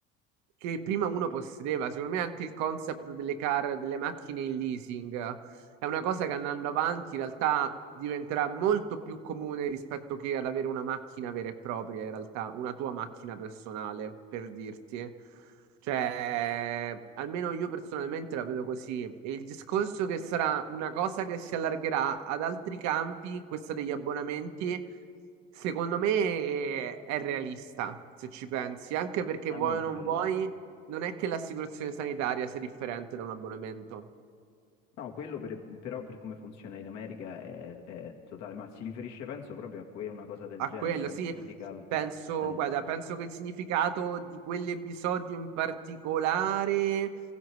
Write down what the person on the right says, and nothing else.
che prima uno possedeva. Secondo me anche il concept delle car, delle macchine in leasing eh, è una cosa che andando avanti in realtà diventerà molto più comune rispetto che ad avere una macchina vera e propria, in realtà, una tua macchina personale, per dirti. Cioè, almeno io personalmente la vedo così. E il discorso che sarà una cosa che si allargherà ad altri campi, questa degli abbonamenti, secondo me è, è realista, se ci pensi, anche perché
vuoi
o non
vuoi, non è che l'assicurazione sanitaria sia differente da un abbonamento.
a
quello,
sì,
penso,
guarda, penso che il significato di quell'episodio in particolare